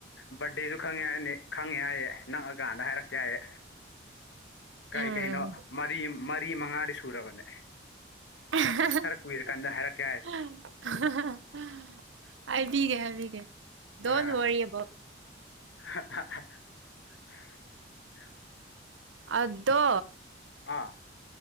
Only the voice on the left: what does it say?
ꯕꯥꯔꯗꯦꯁꯨ ꯈꯪꯉꯦ ꯍꯥꯏꯅꯤ ꯈꯪꯉꯦ ꯍꯥꯏꯌꯦ ꯅꯪꯑꯀꯥꯟꯗ ꯍꯥꯏꯔꯛꯀꯦ ꯍꯥꯏꯌꯦ ꯀꯩ
ꯀꯩꯅꯣ ꯃꯔꯤ ꯃꯔꯤ ꯃꯉꯥꯗꯤ ꯁꯨꯔꯕꯅꯦ
ꯈꯔ ꯀꯨꯏꯔꯀꯥꯟꯗ ꯍꯥꯏꯔꯛꯀꯦ ꯍꯥꯏꯁꯦ
ꯑ
<unintelligible>
ꯑꯥ